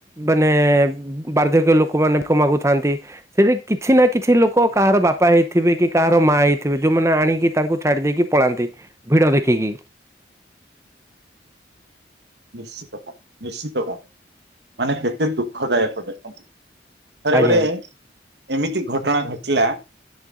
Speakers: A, on the right; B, on the right.
A: ମାନେ ବାର୍ଦ୍ଧକ୍ୟ ଲୋକମାନେ ଫ ମାଗୁଥାନ୍ତି। ସେଠି କିଛି ନା କିଛି ଲୋକ କାହାର ବାପା ହେଇଥିବେ କି କାହାର ମା ହେଇଥିବେ ଯୋଉମାନେ ଆଣିକି ତାଙ୍କୁ ଛାଡି ଦେଇେଇକି ପଳାନ୍ତି ଭିଡି ଦେଖିକି
B: ନିଶ୍ଚିତ ଭାବ ନିଶ୍ଚିତ ଭାବ, ମାନେ କେତେ ଦୁଃଖଦାୟକ ଦେଖନ୍ତୁ। ଥରକରେ
A: ଆଜ୍ଞା
B: ଏମିତି ଘଟଣା ଘଟିଲା,